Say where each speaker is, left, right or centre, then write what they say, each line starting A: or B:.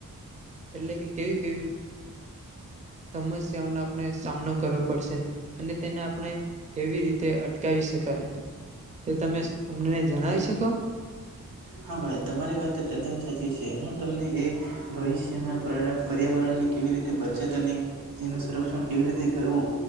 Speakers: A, on the right (about 20°); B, on the right (about 90°).
A: એટલે કે કેવી કેવી સમસ્યાઓનો આપણે સામનો કરવો પડશે અને તેને આપણે કેવી રીતે અટકાવી શકીએ કાય તે તમે તમને જણાવી શકો
B: હા ભાઈ તમારી વાત તદ્દન સાચી છે હું તમને એ ભવિષ્યમાં પર્યાવરણની કેવી રીતે બચત અને એનું સંરક્ષણ કેવી રીતે કરવું